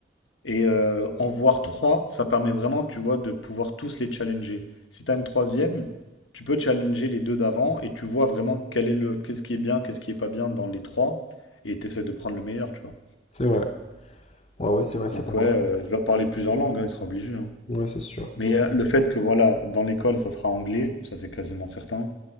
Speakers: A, on the left; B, on the left.
A: Et euh, en voir trois, ça permet vraiment, tu vois, de pouvoir tous les challenger. Si tu as une troisième, tu peux challenger les deux d'avant et tu vois vraiment quel est le, qu'est-ce qui est bien, qu'est-ce qui est pas bien dans les trois et tu essaies de prendre le meilleur, tu vois.
B: c'est vrai. Ouais, ouais, c'est vrai, c'est
A: Donc
B: pas
A: ouais,
B: mal.
A: euh, il va parler plusieurs langues, hein, il sera obligé. hein.
B: Ouais, c'est sûr.
A: Mais euh, le fait que, voilà, dans l'école, ça sera anglais, ça c'est quasiment certain.